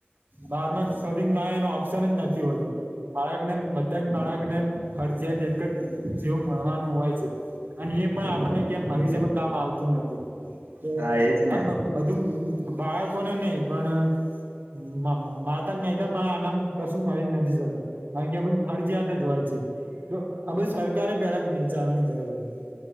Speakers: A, on the right (about 50°); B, on the right (about 85°).
A: બારમાં સુઢીન ગયાનું અપ પ્શન જ નથી હોતું બાળક ને બધા જ બાળકને ફરજીયાત એક જ જેવું મળવાનું હોય છે અને એ પણ આપણને કેમ ભવિષ્યમા કામ આવતું નથી તો
B: હા એજ ને
A: અમબબુ બધું બાળકોને નહિ પણ મા મા માતા મેડમ આનામ કશું મરી નથી શકતા કારણ કે આપ ફરજીયાત જ હોય છે જો આ બ સર વિચારવાની જરૂર હ